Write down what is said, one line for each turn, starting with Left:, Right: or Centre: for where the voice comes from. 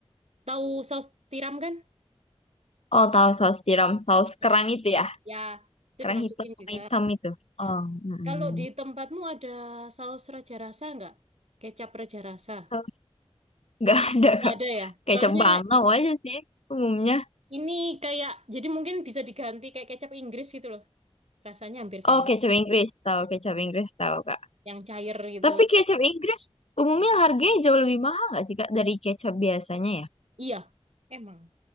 Right: tahu saus tiram kan?
Left: Oh, tahu saus tiram, saus
Right: Eh,
Left: kerang itu ya.
Right: ya, itu
Left: Kerang
Right: dimasukin
Left: hitam, kerang
Right: juga.
Left: hitam itu. Oh, mm
Right: Kalau di tempatmu ada saus raja rasa nggak? Kecap raja rasa?
Left: Saus <laughs> nggak ada,
Right: Nggak
Left: Kak.
Right: ada ya?
Left: Kecap
Right: Soalnya
Left: bangau aja sih umumnya.
Right: ini kayak, jadi mungkin bisa diganti kayak kecap Inggris gitu loh. Rasanya hampir sama.
Left: Oh, kecap Inggris, tahu
Right: Mm.
Left: kecap Inggris tahu, Kak.
Right: Yang cair gitu.
Left: Tapi kecap Inggris umumnya harganya jauh lebih mahal nggak sih, Kak, dari kecap biasanya ya?
Right: Iya, emang.